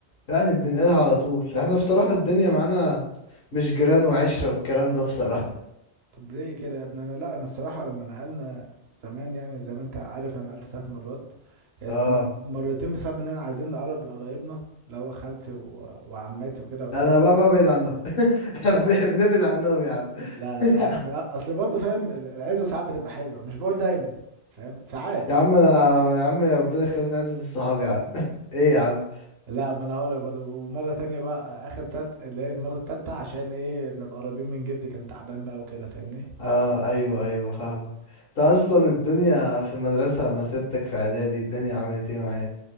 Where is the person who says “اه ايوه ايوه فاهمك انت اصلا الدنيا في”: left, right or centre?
Left